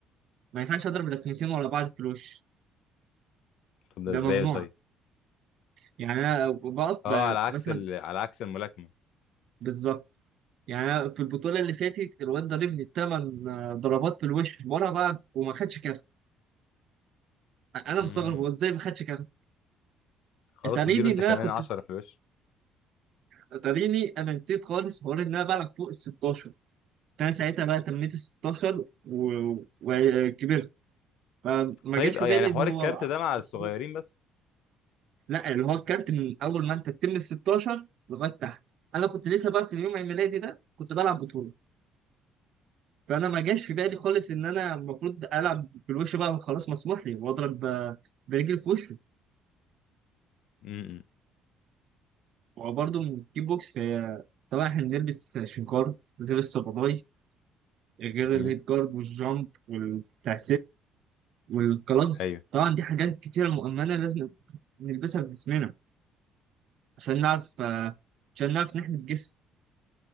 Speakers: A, on the right (about 45°); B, on the left (about 60°).
A: ما ينفعش اضرب لكمتين ورا بعض في الوش
B: طب ده
A: ده
B: ازاي
A: ممنوع
B: طيب
A: يعني انا بقف ب-
B: اه على عكس
A: مثلا
B: ال... على عكس الملاكمة
A: بالظبط يعني انا في البطوله اللي فاتت الواد ضربني تمن ضربات في الوش ورا بعض وما خدش كارت انا مستغرب
B: امم
A: هو ازاي ما خدش كارت
B: خلاص
A: اتاريني
B: اديله انت
A: ان
B: كمان
A: انا كنت
B: 10 في الوش
A: اتاريني انا نسيت خالص حوار ان انا بلعب فوق ال 16 انا ساعتها بقى تميت ال 16 و- وكبرت فما
B: طيب
A: جاش
B: اه
A: في بالي
B: يعني حوار
A: ان هو
B: الكارت ده مع الصغيرين
A: مظبوط
B: بس
A: لا اللي هو الكارت من اول ما انت تتم ال 16 لغايه تحت انا كنت لسه بقى في اليوم عيد ميلادي ده كنت بلعب بطوله فانا ما جاش في بالي خالص ان انا المفروض العب في الوش بقى خلاص مسموح لي واضرب آه، برجلي في وشه
B: امم
A: وبرضه من الكيك بوكس في طبعا احنا بنلبس شنكار غير الصباطاي غير
B: امم
A: الهيد جارد والجامب بتاع والكلاز
B: ايوه
A: طبعا دي حاجات كتيرة مؤمنة لازم نلبسها في جسمنا عشان نعرف آه، عشان نعرف نحمي الجسم